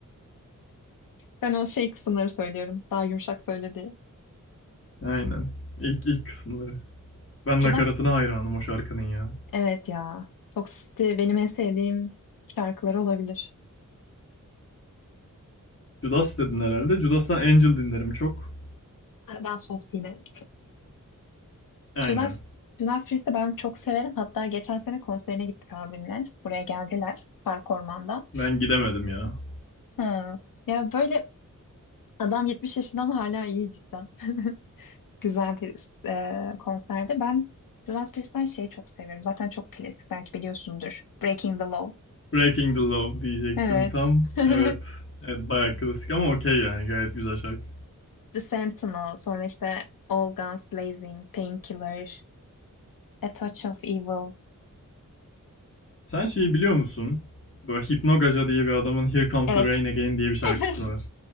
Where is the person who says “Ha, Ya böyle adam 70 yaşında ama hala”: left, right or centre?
Left